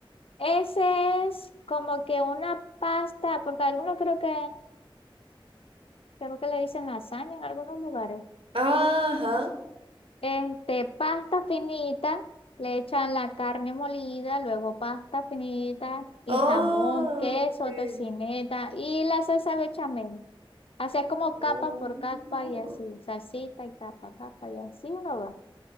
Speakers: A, on the left; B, on the right.
A: Ese es como que una pasta, porque algunos creo que, creo que le dicen lasaña en algunos lugares.
B: Ajá.
A: Este, pasta finita, le echan la carne molida, luego pasta finita y
B: Oh,
A: jamón, queso,
B: ok.
A: tocineta y la salsa bechamel. Así es como
B: Oh,
A: capa por capa y así, salsita y capa, capa y así uno va.